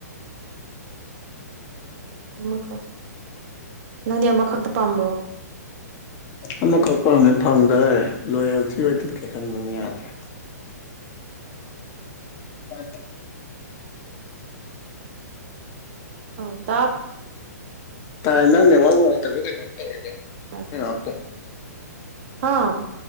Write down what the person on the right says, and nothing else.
ꯑꯃꯈꯛ ꯅꯪꯗꯤ ꯑꯃꯈꯛꯇ ꯄꯥꯝꯕ꯭ꯔꯣ
ꯑꯥꯎ ꯇꯥꯞ
ꯌꯥꯗ꯭ꯔꯦ
ꯍꯥ